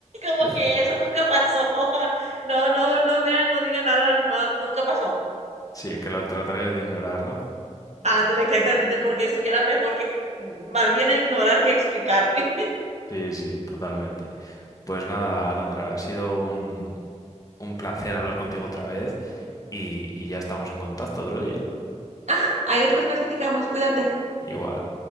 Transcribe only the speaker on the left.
<laughs>
Sí, que lo tratarías de ignorar, ¿no?
Sí, sí, totalmente. Pues nada, Alandra, ha sido un, un placer hablar contigo otra vez y, y ya estamos en contacto otro día.
Igual.